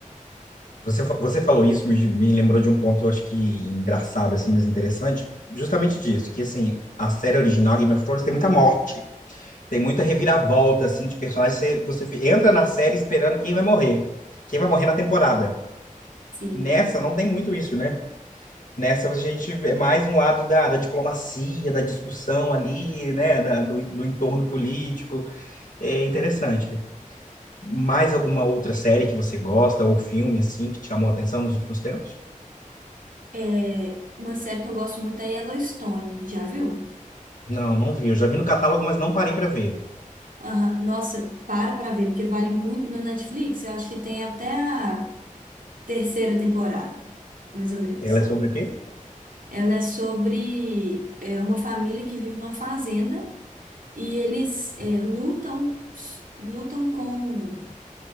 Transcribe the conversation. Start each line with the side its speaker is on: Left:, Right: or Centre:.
Left: Você, fa- você falou isso, me, me lembrou de um ponto, eu acho que engraçado, assim, mas interessante, justamente disso, que, assim, a série original, Game of Thrones, tem muita morte, tem muita reviravolta, assim, de personagens, você, você fi- entra na série esperando quem vai morrer, quem vai morrer na temporada.
Right: Sim.
Left: Nessa, não tem muito isso, né? Nessa, a gente vê mais um lado da, da diplomacia, da discussão ali, né, da- do, do entorno político, é interessante. Mais alguma outra série que você gosta, ou filme, assim, que te chamou a atenção nos últimos tempos?
Right: É, uma série que eu gosto muito é Yellowstone, já viu?
Left: Não, não vi. Eu já vi no catálogo, mas não parei pra ver.
Right: Aham. Nossa, para pra ver, porque vale muito no Netflix. Eu acho que tem até a terceira temporada, mais ou menos.
Left: Ela é sobre o quê?
Right: Ela é sobre é, uma família que vive numa fazenda e eles é, lutam, lutam com,